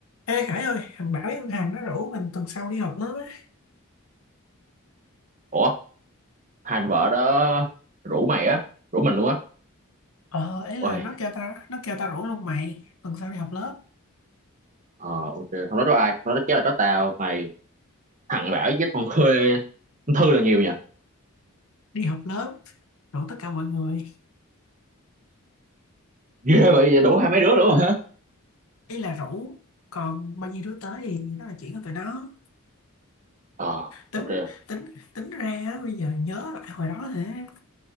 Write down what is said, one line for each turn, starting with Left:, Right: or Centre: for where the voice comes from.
Left: Ê Khải ơi, thằng Bảo với con Hằng nó rủ mình tuần sau đi họp lớp á.
Right: ủa hai anh vợ đó rủ mày á rủ mình luôn á
Left: Ờ, ấy là
Right: ôi
Left: nó kêu ta, nó kêu ta rủ luôn mày, tuần sau đi họp lớp,
Right: ờ ok không nói đó ai không nói đó chắc là có tao mày thằng bảo với con Khuê con Thư là nhiều nha
Left: đi họp lớp, rủ tất cả mọi người.
Right: ghê vậy đủ hai mấy đứa luôn hả
Left: Ý là rủ, còn bao nhiêu đứa tới thì đó là chuyện của tụi nó.
Right: ờ
Left: Tính,
Right: ok
Left: tính, tính ra á, bây giờ nhớ lại hồi đó hả,